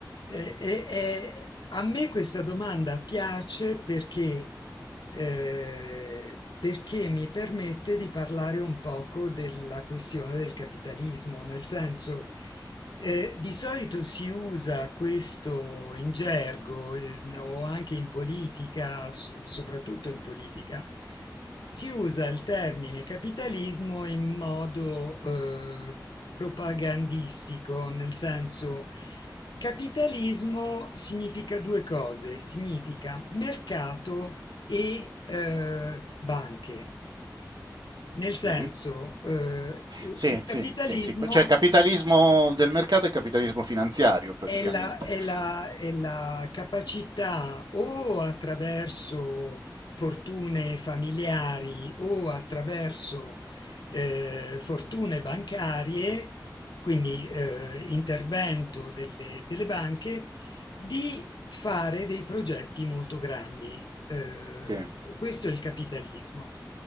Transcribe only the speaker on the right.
Mhm.
Sì,
sì, sì, sì, cioè capitalismo del mercato e capitalismo finanziario praticamente.
Sì, mm,